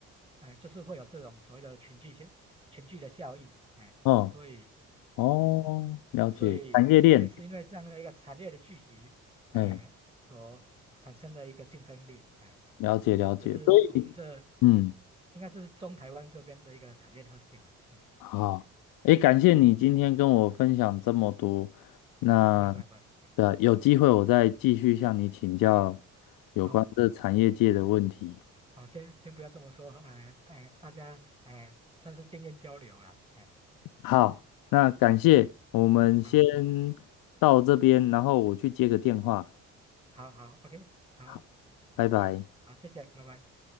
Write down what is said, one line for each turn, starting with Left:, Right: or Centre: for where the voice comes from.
Right: 哎，就是会有这种所谓的群聚效群聚的效应，哎，
Left: 嗯，
Right: 所以
Left: 哦，
Right: 嗯，
Left: 了解，
Right: 所以也是因为这样的一个产业的聚集，
Left: 产业链，哎，
Right: 哎，所产生的一个竞争力，哎，
Left: 了解了解，
Right: 这是我们这
Left: 所以嗯，
Right: 应该是中台湾这边的一个产业特性了，嗯，
Left: 好，哎，感谢你今天跟我分享这么多，那
Right: 不会不会不会，哎，
Left: 的有机会我再继续向你请教有关这产业界的问题。
Right: 哦。好，先先不要这么说，哎、哎，大家哎、算是经验交流了，哎、
Left: 好，那感谢，我们先到这边，
Right: 好，
Left: 然后我去接个电话。
Right: 好，好，OK，好，
Left: 好，拜拜。
Right: 好，谢谢，拜拜。